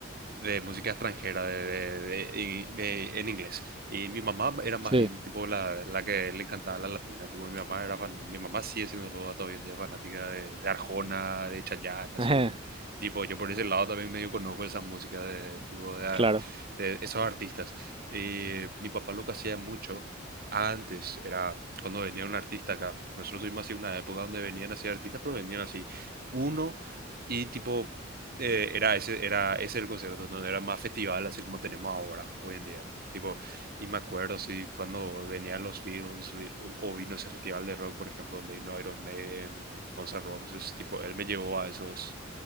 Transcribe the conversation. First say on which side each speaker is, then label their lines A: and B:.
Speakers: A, on the right (about 50°); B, on the right (about 30°).
A: de música extranjera de, de- de- de- de, en inglés. Y mi mamá era más
B: Sí,
A: bien tipo la, la que le encantaba la latina. Tipo, mi mamá era fan- mi mamá sigue siendo hasta hoy en día fanática de, de Arjona, de Chayanne, así.
B: <laughs>
A: Tipo, yo por ese lado también medio conozco esas músicas de, tipo, de,
B: claro,
A: de esos artistas. Y mi papá lo que hacía mucho antes era cuando venía un artista acá. Nosotros tuvimos así una época donde venían así artistas, pero venían así uno y tipo eh, era, ese, era ese el concierto no era más festival así como tenemos ahora, hoy en día. Tipo, y me acuerdo, sí, cuando venían los Beatles vi- o vino ese festival de rock, por ejemplo, donde vino Iron Maiden, Guns N' Roses, tipo, él me llevó a esos,